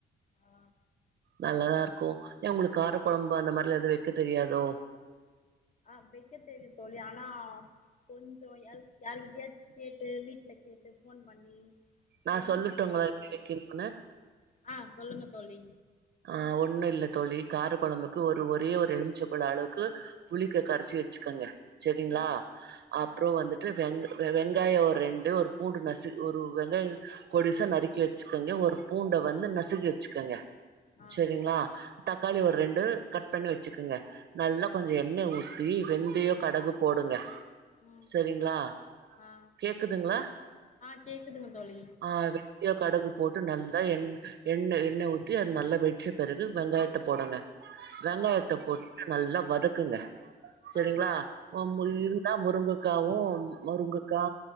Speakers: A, on the left; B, on the right.
A: ஆ
B: நல்லாதா இருக்கும் ஏன் உங்களுக்கு கார குழம்பு அந்த மாரிலா எதும் வக்க தெரியாதோ
A: ஆஹ் வைக்க தெரியும் தோழி ஆனா கொஞ்சோ யா யார்கிட்டயாச்சும் கேட்டு வீட்ல கேட்டு போன் பண்ணி இல்ல
B: நான் சொல்லட்டுங்களா
A: யூடியூப் பாத்து
B: எப்டி வக்கனுன்னு
A: ஆ சொல்லுங்க தோழி
B: ஆஹ் ஒண்ணும் இல்ல தோழி கார குழம்புக்கு ஒரு ஒரே ஒரு எலுமிச்ச பழ அளவுக்கு புளிக்க கரைச்சி வச்சுக்கோங்க சரிங்களா
A: ம் ம்
B: அப்புறம் வந்துட்டு வெங்க வெங்காயம் ஒரு ரெண்டு ஒரு பூண்டு நசு ஒரு வெங்காயம் பொடிசா நறுக்கி வச்சுக்கோங்க ஒரு பூண்ட வந்து நசுக்கி வச்சுக்கங்க
A: ஆ
B: சரிங்களா தக்காளி
A: ம்
B: ஒரு ரெண்டு கட் பண்ணி வச்சுக்கங்க நல்லா கொஞ்சம்
A: ம்
B: எண்ண ஊ தி வெந்தயோ கடகு போடுங்க
A: ம்
B: சரிங்களா
A: ஆ
B: கேக்குதுங்களா
A: ஆ கேக்குதுங்க தோழி
B: ஆஹ் வெந்தயோ கடுகு போட்டு நல் தா என் எண்ண எண்ண ஊத் தி அது நல்ல வெட்ச பிறகு வெங்காயத்த போடுங்க வெங்காயத்த
A: ஆ
B: போட்டு நல்லா வதக்குங்க சரிங்களா
A: ஆ
B: உங்
A: ம்
B: இருந்தா முருங்க காவும் முருங்கக்கா